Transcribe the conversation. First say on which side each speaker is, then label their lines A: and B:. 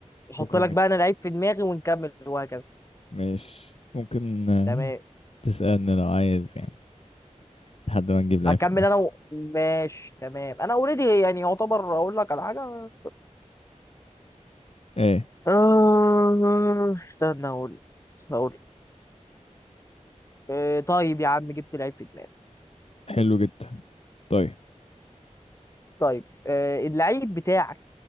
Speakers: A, on the left; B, on the left.
A: احط
B: شكرا
A: لك
B: جدا
A: بقى انا لعيب في دماغي ونكمل وهكذا
B: ماشي ممكن آه،
A: تمام
B: تسألني لو عايز يعني لحد ما نجيب لعيب
A: اكمل
B: في دماغي.
A: انا و... ماشي تمام انا اوريدي يعني يعتبر اقول لك على حاجه
B: ايه
A: آه... استنى اقول اقول آه، طيب يا عم جبت لعيب في دماغي
B: حلو جدا طيب
A: طيب آه، اللعيب بتاعك